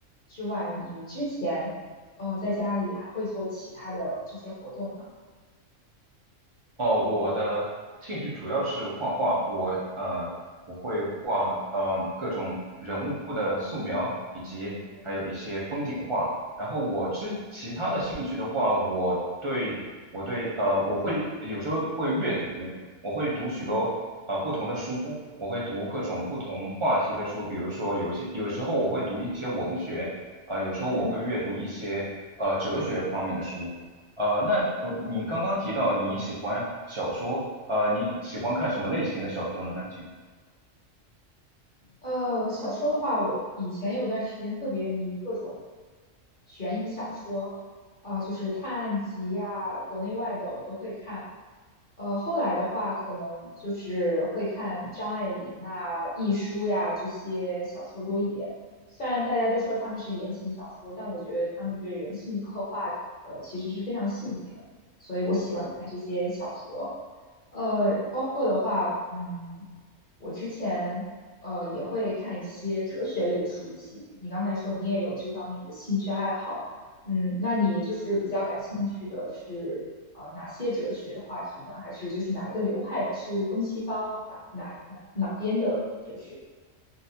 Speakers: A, on the left; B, on the right.
A: 之外，你之前呃在家里还会做其他的这些活动吗？
B: 哦，我的兴趣主要是画画，我呃，我会画呃各种人物的素描，以及还有一些风景画。
A: 嗯
B: 然后我之其他的兴趣的话，
A: 嗯
B: 我对我对呃，我会有时候会阅读，我会读许多呃不同的书，
A: 嗯
B: 我会读各种不同话题的书，比如说有些有时候我会读一些文学，啊、有时候我会阅读一些呃哲学方面的书。
A: 嗯
B: 呃，那呃你刚刚提到你喜欢小说，呃，你喜欢看什么类型的小说呢？请。
A: 呃，小说的话，我以前有段时间特别迷各种悬疑小说，啊、就是探案集呀、国内外的我都会看。呃，后来的话，可能就是会看张爱玲啊、亦舒呀这些小说多一点。虽然大家都说他们是言情小说，但我觉得他们对人性的刻画，呃，其实是非常细腻的，所以我喜欢看这些小说。呃，包括的话，嗯，我之前呃也会看一些哲学类的书籍。你刚才说你也有这方面的兴趣爱好。嗯，那你就是比较感兴趣的是呃哪些哲学话题呢？还是就是哪一个流派的？是东西方哪哪哪哪边的哲学？